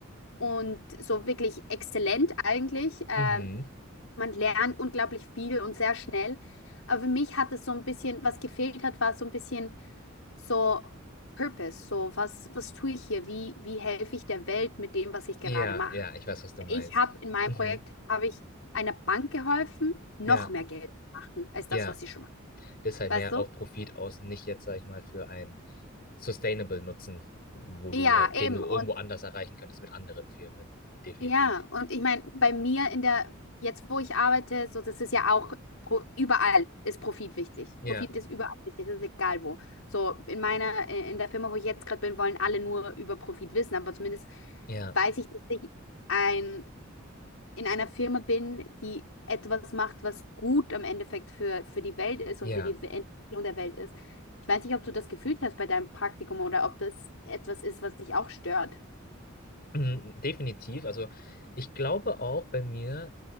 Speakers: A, on the left; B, on the left.
A: und so wirklich exzellent eigentlich. Äh,
B: Mhm.
A: man lernt unglaublich viel und sehr schnell. Aber für mich hat es so ein bisschen, was gefehlt hat, war so ein bisschen so Purpose, so was, was tue ich hier? Wie, wie helfe ich der Welt mit dem, was ich gerade
B: Ja,
A: mache?
B: ja, ich weiß, was du meinst.
A: Ich habe in meinem
B: Mhm.
A: Projekt, habe ich einer Bank geholfen, noch
B: Ja,
A: mehr Geld zu machen als
B: ja.
A: das, was sie schon macht.
B: Das ist halt
A: Weißt
B: mehr
A: du?
B: auf Profit aus und nicht jetzt, sag ich mal, für einen Sustainable Nutzen, wo du
A: Ja,
B: halt,
A: eben.
B: den du irgendwo
A: Und
B: anders erreichen könntest mit anderen Firmen. Definitiv.
A: ja, und ich meine, bei mir in der, jetzt wo ich arbeite, so, das ist ja auch pro, überall ist Profit wichtig.
B: Ja,
A: Profit ist überall wichtig, das ist egal wo. So, in meiner, äh, in der Firma, wo ich jetzt gerade bin, wollen alle nur über Profit wissen, aber zumindest
B: ja,
A: weiß ich, dass ich ein, in einer Firma bin, die etwas macht, was gut im Endeffekt für, für die Welt ist
B: ja.
A: und für die Entwicklung der Welt ist. Ich weiß nicht, ob du das gefühlt hast bei deinem Praktikum oder ob das etwas ist, was dich auch stört.
B: Mhm, Definitiv. Also ich glaube auch bei mir.